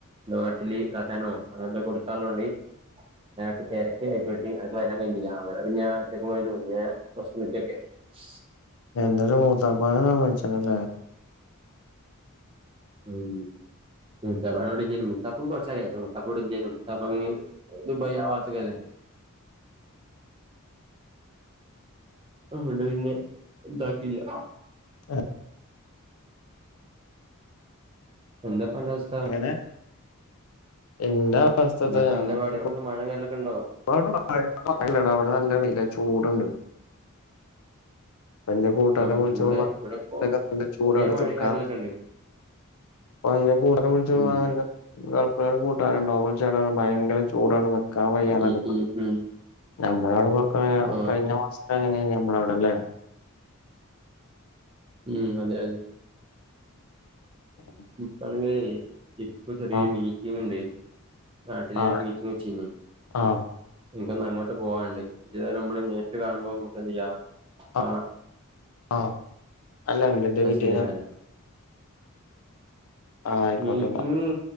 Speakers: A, on the right; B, on the left.
A: അഥവാ കട്ടിലി ഇതാക്കാനോ അതൊണ്ട് കൊടുക്ക ഒള്ളൊണ്ടി ഞാ ഇപ്പ തെരക്കിലായിപോയിട്ടി അപ്പം വെരാൻ കയിഞ്ഞില്ല അങ്ങനെ പിന്നെ ഞാൻ ഒറ്റക്ക് പോയിട്ട് ഇങ്ങനെ പ്രശ്നം പറ്റിയൊക്കെ <inaudible>
B: എന്തായാലും മൂത്താപ്പാനെ സമ്മയ് പറഞ്ഞച്ചണല്ലേ
A: ഉം മൂത്താപ്പ ഇവടെ ഇല്ലേനു മൂത്താപ്പു കൊറച്ചായാരുന്നു മൂത്താപ്പ ഇവടെ ഇല്ലേനു മൂത്താപ്പ അങ്ങ് ദുബായി ആഹ് ഭാഗത്ത്ക്ക അല്ലേ. ഇവിടെ പിന്നെ ഇതാക്കിയില്ല
B: എ
A: എന്താപ്പന്റസ്
B: അങ്ങനെ എന്താ അവസ്ഥ
A: എന്താപ്പ
B: ഇത് ഞങ്ങക്കിപ്പം
A: അന്റെ പാട് അവിടെന്ന് മഴ വരലൊക്കെ ഉണ്ടോ
B: <unintelligible> ഇവിടെ നല്ല വെയിലാ ചൂടുണ്ട് എന്റെ കൂട്ടാരെ
A: ആ
B: വിളിച്ചപ്പം
A: ചൂട്
B: പറഞ്ഞെ
A: ഇവിടെ ഇപ്പോ
B: <unintelligible> ചൂടെടുത്ത്ക്കാന്ന്
A: ചെറിയ മഴയും കാര്യങ്ങളൊക്കെ ഉണ്ട്
B: അപ്പ അയിൻ്റ കൂടൊക്കെ പൊളിച്ച് <unintelligible> <unintelligible>
A: ഉം
B: കൂട്ടുകാര് ഉണ്ടാവും വിളിച്ചപ്പം ഭയങ്കര ചൂടാണ് നിക്കാൻ വയ്യാന്നൊക്കെ
A: ഉം
B: പ
A: ഉം ഉം
B: <unintelligible>
A: ആ
B: കഴിഞ്ഞ മാസക്കങ്ങനെയാ അവിടെ അല്ലേ
A: ഉം അതെ അതെ
B: <inaudible>
A: ഇപ്പോളേ ഇപ്പ ചെറിയൊരു
B: ആഹ്
A: മീറ്റിംഗ്ണ്ട് നാട്ടിലെ
B: ആഹ്
A: ഒരു മീറ്റിംഗ് വെച്ചിരുന്നു
B: ആഹ്
A: എനിക്കൊന്ന് അങ്ങോട്ട് പോവാൻണ്ട് <unintelligible> നമ്മള് നേരിട്ട് കാണുമ്പോ നമുക്ക് എന്ത് ചെയ്യാം
B: ആഹ്
A: കാണാ
B: ആഹ് അല്ല എന്തിന്റെ
A: അത്
B: മീറ്റിങ്ങാ
A: ശരി എന്നാല്
B: ആഹ് ആയിക്കോട്ടെന്നാ
A: മീറ്റിംഗ്